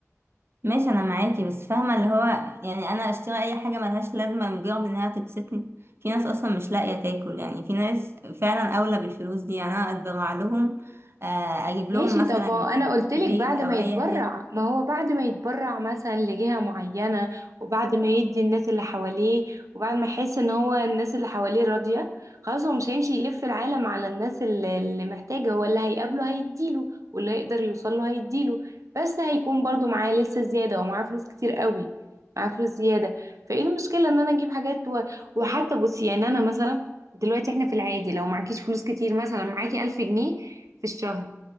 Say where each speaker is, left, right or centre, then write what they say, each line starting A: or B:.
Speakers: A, on the right; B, on the right.
A: ماشي انا معاكي بس فاهمه اللي هو يعني انا اشتري اي حاجه ملهاش لازمه لمجرد انها تبسطني في ناس اصلا مش لاقيه تاكل يعني في ناس فعلا اولى بالفلوس دي يعني انا اتبرع لهم آه، اجيب لهم
B: ماشي
A: مثلا
B: طب ما هو انا قلت لك
A: بيت
B: بعد
A: او
B: ما يتبرع
A: اي حاجه
B: ما هو بعد ما يتبرع مثلا لجهة معينة وبعد ما يدي الناس اللي حواليه وبعد ما يحس ان هو الناس اللي حواليه راضية خلاص هو مش هيمشي يلف العالم على الناس اللي اللي محتاجة هو اللي هيقابله هيديله واللي هيقدر يوصله هيديله بس هيكون برضو معاه لسه زيادة ومعاه فلوس كتير قوي معاه فلوس زيادة فايه المشكلة ان انا اجيب حاجات و... وحتى بصي يعني انا مثلا دلوقتي احنا في العادي لو معكيش فلوس كتير مثلا معاكي 1000 جنيه في الشهر